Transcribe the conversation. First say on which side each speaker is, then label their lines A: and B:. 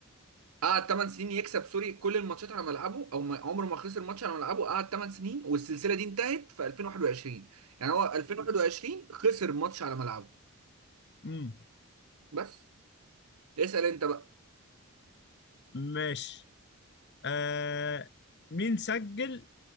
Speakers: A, on the right; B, on the left.
A: قعد 8 سنين يكسب سوري كل الماتشات على ملعبه او ما عمره ما خسر ماتش على ملعبه قعد 8 سنين والسلسله دي انتهت في 2021 يعني هو 2021 خسر ماتش على ملعبه
B: امم
A: بس اسال انت بقى
B: ماشي آه... مين سجل